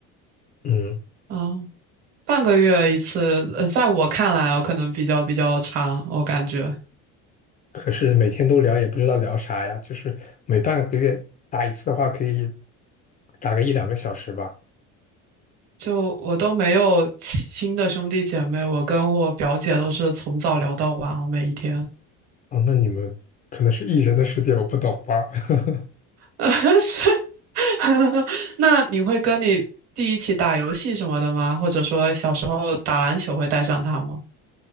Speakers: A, on the left; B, on the right.
A: 嗯。
B: 嗯，半个月一次，呃，在我看来我可能比较比较长，我感觉。
A: 可是每天都聊也不知道聊啥呀，就是每半个月打一次的话，可以打个一两个小时吧。
B: 就我都没有亲亲的兄弟姐妹，我跟我表姐都是从早聊到晚哦，每一天。
A: 哦，那你们可能是艺人的世界，我不懂吧？<laughs>
B: <laughs> 是，<laughs> 那你会跟你弟一起打游戏什么的吗？或者说小时候打篮球会带上他吗？